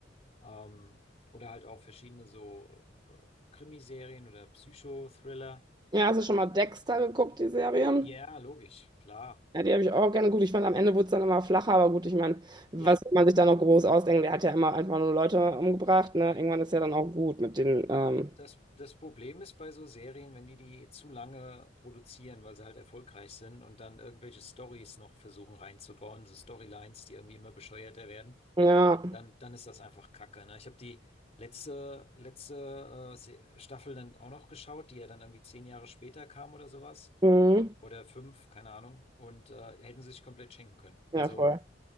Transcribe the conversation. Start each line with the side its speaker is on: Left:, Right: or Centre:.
Left: Ähm, oder halt auch verschiedene so äh, Krimiserien oder Psychothriller.
Right: Ja, hast du schon mal Dexter geguckt, die Serie?
Left: Ja, logisch, klar.
Right: Ja, die habe ich auch gerne. Gut, ich fand, am Ende wurde es dann immer flacher, aber gut, ich meine, was
Left: Ja.
Right: soll man sich da noch groß ausdenken? Der hat ja immer einfach nur Leute umgebracht, ne? Irgendwann ist ja dann auch gut mit den ähm,
Left: Das, das Problem ist bei so Serien, wenn die die zu lange produzieren, weil sie halt erfolgreich sind und dann irgendwelche Stories noch versuchen reinzubauen, so Storylines, die irgendwie immer bescheuerter werden,
Right: Ja,
Left: dann, dann ist das einfach Kacke, ne? Ich habe die letzte, letzte äh, Se- Staffel dann auch noch geschaut, die ja dann irgendwie zehn Jahre später kam oder sowas.
Right: mhm.
Left: Oder fünf, keine Ahnung. Und äh, hätten sie sich komplett schenken können.
Right: Ja,
Left: Also,
Right: voll.